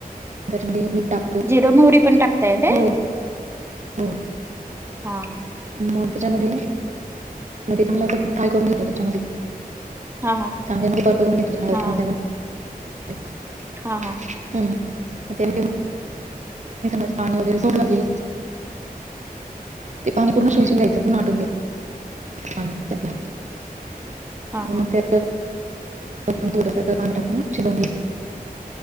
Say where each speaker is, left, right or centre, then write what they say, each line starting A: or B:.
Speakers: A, on the right (about 50°); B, on the right (about 15°).
A: तर <inaudible> मीठ टाकतो
B: जिर मोहरी पण टाकताय काय
A: हो. हो.
B: हा हा
A: मो त्याच्यामध्ये. म ते सगळं फ्राय करून घेतो त्याच्यामध्ये
B: हा हा
A: कांद्यामध्ये परवतंवून घेतो हळद
B: हा
A: कांद्यामध्ये, <unintelligible>
B: हा हा
A: हम्म <inaudible> पाणी वगैरे सोडल की, ते पाणी पूर्ण
B: हम्म
A: शोसून
B: हम्म
A: द्यायचं पूर्ण आटून द्या पाणी त्यातंल.
B: हा हा
A: म ते म त्या थोडसं पाणी टाकून शिजवून घ्यायचं.